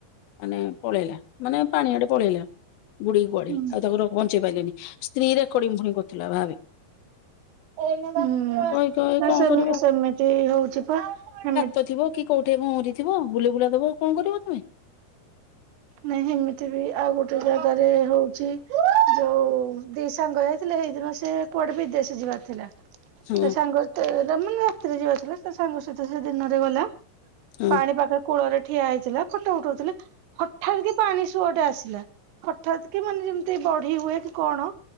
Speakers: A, on the left (about 80°); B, on the right (about 85°).
A: ମାନେ ପଳେଇଲା ମାନେ ପାଣିଆଡ଼େ ପଳେଇଲା ବୁଡ଼ିକି କୁଆଡେ
B: ହୁଁ।
A: ଆଉ ତାଙ୍କର ବୁଝିପାଇଲେନି ସ୍ତ୍ରୀ ରେକଡିଂ ଫୁଣି କରୁଥିଲା ଭାବେ।
B: ହୁଁ,
A: କହି କହି
B: ନା
A: କଣ
B: ସେମ୍
A: କରିବ
B: ସେମିତି ହଉଛି ପା ସେମି
A: ତ ଥିବ କି କୋଉଠି ଏ ଭଉଁରି ଥିବ ବୁଲେଇ ବୁଲା ଦବ କଣ କରିବ ତମେ?
B: ନାଇଁ ହେମିତି ବି ଆଉ ଗୋଟେ ଜାଗାରେ ହଉଛି। ଯୋଉ ଦି ସାଙ୍ଗ ଯାଇଥିଲେ ହେଇଦିନ ସେ କୁଆଡେ ବିଦେଶ ଯିବାର ଥିଲା?
A: ହଁ
B: ତା ସାଙ୍ଗ ତେରେ ମାନେ ରାତିରେ ଯିବା ଥିଲା ତା ସାଙ୍ଗ ସହିତ ସେ ଦିନରେ ଗଲା।
A: ହଁ
B: ପାଣି ପାଖରେ କୂଳରେ ଠିଆ ହେଇଥିଲା ଫୋଟୋ ଉଠଉଥିଲେ। ହଠାତ୍ କି ପାଣି ସୁଅଟେ ଆସିଲା ହଠାତ୍ କି ମାନେ ଯେମିତି ବଢି ହୁଏ କି କଣ?